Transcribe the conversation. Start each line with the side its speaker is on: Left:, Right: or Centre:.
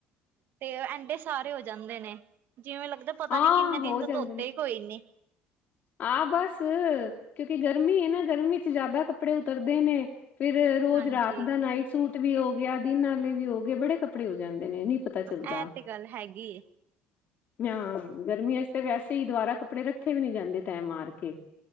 Right: ਤੇ ਏਡੇ ਸਾਰੇ ਹੋ ਜਾਂਦੇ ਨੇ, ਜਿਵੇਂ ਲੱਗਦਾ ਪਤਾ
Left: ਹਾਂ
Right: ਨੀ ਕਿੰਨੇ
Left: ਹੋ
Right: ਦਿਨ ਤੋ
Left: ਜਾਂਦੇ
Right: ਧੋਤੇ
Left: ਨੇ
Right: ਈ ਕੋਈ ਨੀ।
Left: ਆ ਬੱਸ ਕਿਉਕਿ ਗਰਮੀ ਏ ਨਾ, ਗਰਮੀ ਚ ਜਿਆਦਾ ਕੱਪੜੇ ਉਤਰਦੇ ਨੇ। ਫਿਰ ਰੋਜ਼
Right: ਹਾਂਜੀ
Left: ਰਾਤ ਦਾ ਨਾਈਟ ਸੂਟ ਵੀ ਹੋ ਗਿਆ, ਦਿਨ ਆਲੇ ਵੀ ਹੋਗੇ, ਬੜੇ ਕੱਪੜੇ ਹੋ ਜਾਂਦੇ ਨੇ, ਨੀ ਪਤ ਪਤਾ ਚੱਲਦਾ
Right: ਇਹ ਤੇ ਗੱਲ ਹੈਗੀ ਏ
Left: ਨਾਂ ਗਰਮੀਆਂ 'ਚ ਤੇ ਵੈਸੇ ਹੀ ਦੁਬਾਰਾ ਕੱਪੜੇ ਰੱਖੇ ਵੀ ਨੀ ਜਾਂਦੇ। ਤੈਹ ਮਾਰ ਕੇ